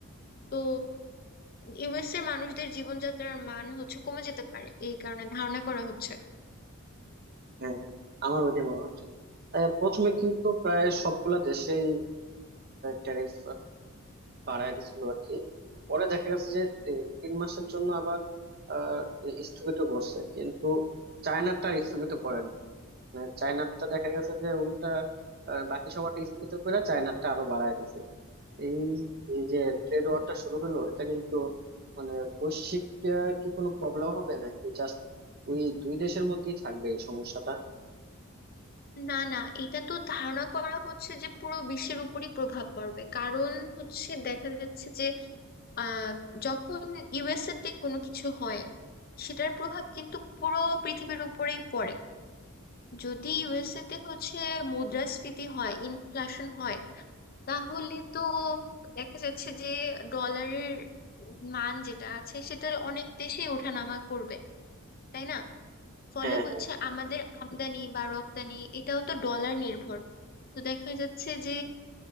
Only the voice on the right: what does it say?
হ্যাঁ হ্যাঁ, আমার ওইটাই মনে হচ্ছে আহ, প্রথমে কিন্তু প্রায় সবগুলা দেশেই ট্যারিফ বাড়ায় দিছিল আর কি পরে দেখা গেছে যে এ, তিন মাসের জন্য আবার আহ, এ, স্থগিত করছে কিন্তু চায়নাটা স্থগিত করেন মানে চায়নাটা দেখা গেছে যে উল্টা আহ, বাকি সবারটা স্থগিত করে চায়নাটা আরো বাড়ায় দিছে এই এই যে ট্রেড ওয়ারটা শুরু হলো এটা কিন্তু মানে বৈশ্বিক আহ, কি কোনো প্রবলেম হবে নাকি জাস্ট ওই দুই দেশের মধ্যেই থাকবে এই সমস্যাটা
হ্যাঁ
হ্যাঁ